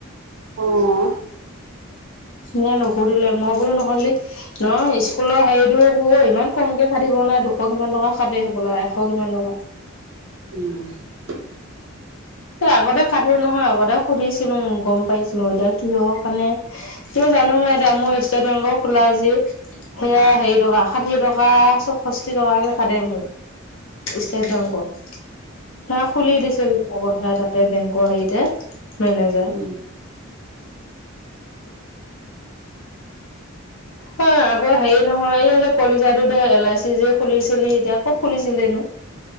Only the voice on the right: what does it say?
অঁ! <unintelligible>
<inaudible>
উম <unintelligible>